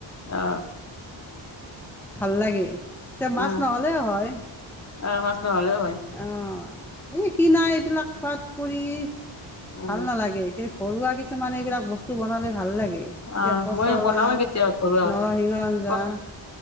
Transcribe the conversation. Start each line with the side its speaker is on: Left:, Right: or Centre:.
Left: আহ!
Centre: ভাল লাগে এতিয়া মাছ
Left: উম,
Centre: নহলেও হয়
Left: অ', মাছ নহ'লেও হয়
Centre: আহ। এই কিনা এইবিলাক পাত পৰি
Left: উম,
Centre: ভাল নালাগে কিন্তু ঘৰুৱা কিছুমানে এইবিলাক বস্তু বনালে ভাল লাগে। এতিয়া
Left: আহ
Centre: পচলা
Left: মই বনাও কেতিয়াবা ঘৰুৱা
Centre: নৰসিংহৰ আঞ্জা
Left: বস্তু।